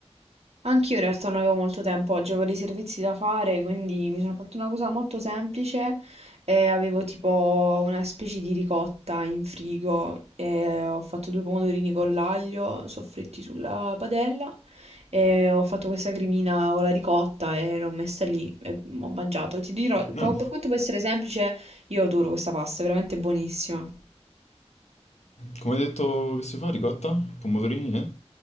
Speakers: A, on the right; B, on the left.
A: Anch'io in realtà non avevo molto tempo oggi, avevo dei servizi da fare, quindi mi sono fatta una cosa molto semplice e avevo tipo una specie di ricotta in frigo e ho fatto due pomodorini con l'aglio soffritti sulla padella e ho fatto questa cremina con la ricotta e l'ho messa lì e ho mangiato. Ti dirò, po-
B: Eh,
A: per quanto può essere semplice, io adoro questa pasta, è veramente buonissima.
B: come hai detto che si fa? Ricotta? Pomodorini, eh?